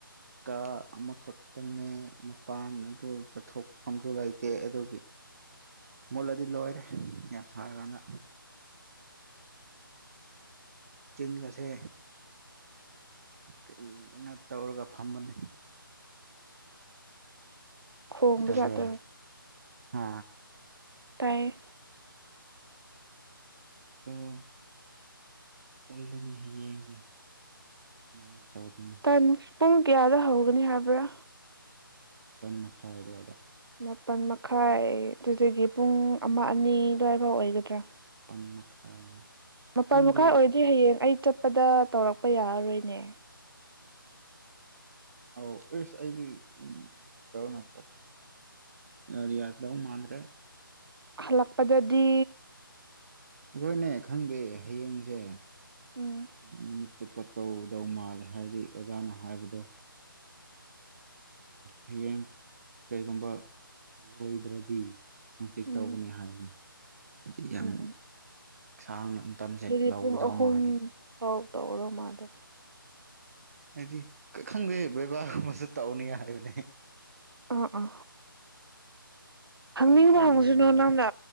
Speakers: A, on the right; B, on the right.
A: ꯀꯥ ꯑꯃꯈꯛꯇꯪꯅꯦ ꯃꯄꯥꯟ ꯑꯗꯨ ꯆꯠꯊꯣꯛꯐꯝꯁꯨ ꯂꯩꯇꯦ ꯑꯗꯨꯒꯤ ꯃꯨꯠꯂꯗꯤ ꯂꯣꯏꯔꯦ ꯌꯥꯝ ꯁꯥꯔꯀꯥꯟꯗ ꯆꯤꯟꯒꯁꯦ ꯀꯩꯅꯣ ꯇꯧꯔꯒ ꯐꯝꯕꯅꯦ
B: ꯈꯣꯡꯕ
A: ꯇꯥꯕ꯭ꯔꯣ
B: ꯖꯥꯠꯇꯨꯔꯣ
A: ꯍꯥ
B: ꯇꯥꯏꯌꯦ
A: ꯂꯣ ꯑꯁ ꯇꯜꯂꯤꯅꯦ ꯍꯌꯦꯡꯁꯦ ꯀꯃꯥꯏꯟ ꯇꯧꯗꯣꯏꯅꯣ
B: ꯍꯟ ꯄꯨꯡ ꯀꯌꯥꯗ ꯍꯧꯒꯅꯤ ꯍꯥꯏꯕ꯭ꯔꯥ
A: ꯄꯟ ꯃꯈꯥꯏ ꯑꯗꯨꯋꯥꯏꯗ
B: ꯃꯥꯄꯟ ꯃꯈꯥꯏ ꯑꯗꯨꯗꯒꯤ ꯄꯨꯡ ꯑꯃ ꯑꯅꯤ ꯑꯗꯨꯋꯥꯏꯐꯥꯎ ꯑꯣꯏꯒꯗ꯭ꯔꯥ
A: ꯄꯟ ꯃꯈꯥꯏ
B: ꯃꯄꯜ
A: ꯈꯪꯗꯦ
B: ꯃꯈꯥꯏ ꯑꯣꯏꯔꯗꯤ ꯍꯌꯦꯡ ꯑꯩ ꯆꯠꯄꯗ ꯇꯧꯔꯛꯄ ꯌꯥꯔꯔꯣꯏꯅꯦ
A: ꯑꯧ ꯑꯦꯁ ꯑꯩꯒꯤ ꯎꯝ <unintelligible> ꯆꯠ ꯉꯔꯤꯌꯥꯗꯧ ꯃꯥꯥꯟꯗ꯭ꯔꯦ
B: ꯈꯜꯂꯛꯄꯗꯗꯤ
A: ꯑꯈꯣꯏꯅꯦ ꯈꯪꯗꯦ ꯍꯌꯦꯡꯁꯦ
B: ꯎꯝ
A: ꯅꯨꯃꯤꯠ ꯆꯨꯞꯄ ꯇꯧꯗꯧ ꯃꯥꯜꯂꯦ ꯍꯥꯏꯗꯤ ꯑꯣꯖꯥꯅ ꯍꯥꯏꯕꯗꯣ ꯍꯌꯦꯡ ꯀꯩꯒꯨꯝꯕ ꯂꯣꯏꯗ꯭ꯔꯗꯤ ꯍꯪꯆꯤꯠ
B: ꯎꯝ
A: ꯇꯧꯒꯅꯤ ꯍꯥꯏꯝ ꯍꯥꯏꯗꯤ ꯌꯥꯝ
B: ꯎꯝ ꯎꯝ
A: ꯁꯥꯡꯅ ꯇꯝꯁꯦ
B: ꯑꯗꯨꯗꯤ
A: ꯂꯧꯒꯗꯧ
B: ꯄꯨꯡ ꯑꯍꯨꯝ
A: ꯃꯥꯜꯂꯦ
B: ꯐꯥꯎ ꯇꯧꯒꯗꯧ ꯃꯥꯜꯂꯦ
A: ꯍꯥꯏꯗꯤ ꯈꯪꯗꯦ ꯕꯩꯕꯕꯥꯒꯨꯝꯁꯨ ꯇꯧꯅꯤ ꯍꯥꯏꯕꯅꯦ
B: ꯑꯣ ꯑꯣ ꯍꯪꯅꯤꯡꯕ
A: ꯀꯃꯥꯏꯅ
B: ꯍꯪꯁꯤꯅꯨ
A: ꯇꯧꯗꯣꯏꯅꯣ ꯈꯪꯗꯦ
B: ꯅꯪꯅ